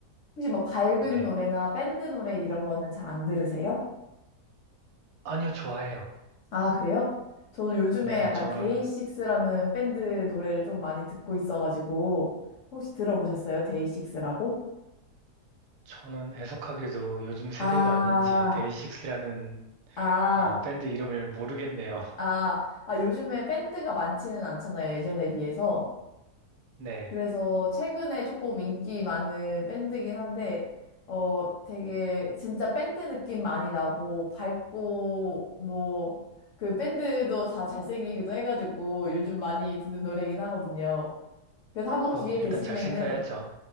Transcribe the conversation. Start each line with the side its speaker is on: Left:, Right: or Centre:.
Left: 혹시 뭐 밝은
Right: 네.
Left: 노래나 밴드 노래 이런 거는 잘 안 들으세요?
Right: 아니요, 좋아해요.
Left: 아, 그래요? 저도 요즘에
Right: 네,
Left: 약간
Right: 저는,
Left: 데이식스라는 밴드 노래를 좀 많이 듣고 있어가지고 혹시 들어보셨어요? 데이식스라고?
Right: 저는 애석하게도 요즘 세대가
Left: 아,
Right: 아닌지 데이식스라는,
Left: 아,
Right: 어, 밴드 이름을 모르겠네요. <laughs>
Left: 아, 아, 요즘에 밴드가 많지는 않잖아요. 예전에 비해서.
Right: 네.
Left: 그래서 최근에 조금 인기 많은 밴드긴 한데, 어, 되게 진짜 밴드 느낌 많이 나고, 밝고, 뭐, 그 밴드도 다 잘생기기도 해가지고 요즘 많이 듣는 노래긴 하거든요. 그래서 한번 기회
Right: 어, 일단
Left: 되시면은,
Right: 잘생겨야죠.